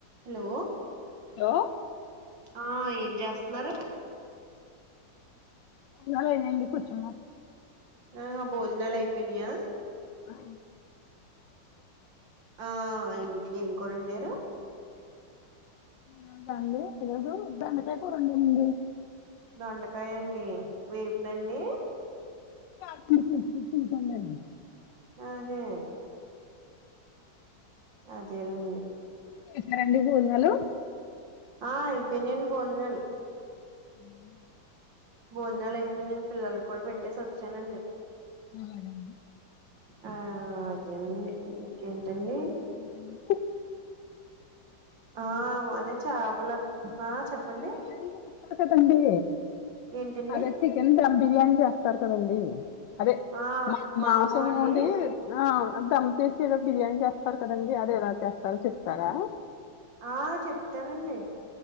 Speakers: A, on the right; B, on the left.
A: Hello
B: లో
A: ఆ ఏం చేస్నారు
B: గదేలేండి కూర్చున్నాం
A: ఆహా భోజనాలు అయిపోయినయా
B: ఆ
A: ఆ అయింది ఏం కూర ఒండారు
B: ఈ రోజా అండి ఈరోజు బెండకాయ కూర ఒండింది
A: దొండకాయ అండి వేపుడండి
B: సందడి
A: ఆహే అదే లేండి
B: చేస్నారా అండి భోజనాలు
A: ఆ అయ్పోనయ్ అన్ భోజనాలు
B: హూ
A: భోజనాలు అయిపోయినయ్న్ పిల్లలక్ కూడా పెట్టేసి ఒచ్చానండి
B: హూ అదే అండి
A: ఆ అదేనండి ఇ ఇకేంటండి
B: ఊహూ <unintelligible>
A: ఆ మాదే చాపల ఆ చెప్పండి
B: <inaudible> ఒస్స కదండీ
A: ఏంటండి
B: అదే చికెన్ ధమ్ బిర్యానీ చేస్తారు కదండీ అదే
A: ఆ
B: మా
A: మాంసం
B: మాసం
A: అండి
B: ఒండీ నా అ ధమ్ చేసి ఏదో బిర్యానీ చేస్తారు కదండీ అది ఎలా చేస్తారో చెప్తారా
A: ఆ చెప్తానండి